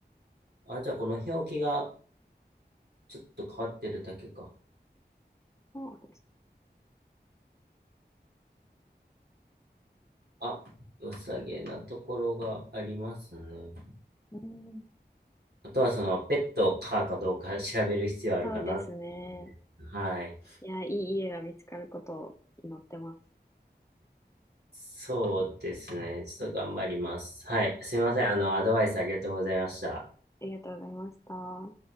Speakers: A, on the right (about 65°); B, on the left (about 15°).
A: あ、じゃあこの表記がちょっと変わってるだけか。
B: そうです。
A: あ、良さげなところがありますね。
B: うん。
A: あとはその、ペットを飼うかどうか調べる必要あるかな。
B: そうですね。
A: はい。
B: いや、いい家が見つかることを祈ってます。
A: そうですね。ちょっと頑張ります。はい。すいません。あの、アドバイスありがとうございました。
B: ありがとうございました。